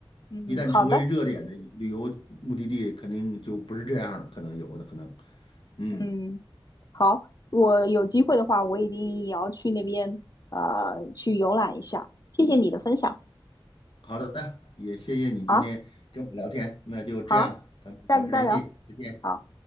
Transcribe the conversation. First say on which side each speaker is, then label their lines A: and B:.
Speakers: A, on the left; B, on the left.
A: 嗯，
B: 一旦成为热点的旅游目的地，
A: 好的，
B: 肯定就不是这样了，可能有的可能。嗯，
A: 嗯，好，我有机会的话，我一定也要去那边呃去游览一下。谢谢你的分享，
B: 好的，也谢谢你今天跟我聊天，
A: 好，
B: 那就这样，
A: 好，
B: 咱们保持联系，
A: 下次再聊。
B: 再见。
A: 好。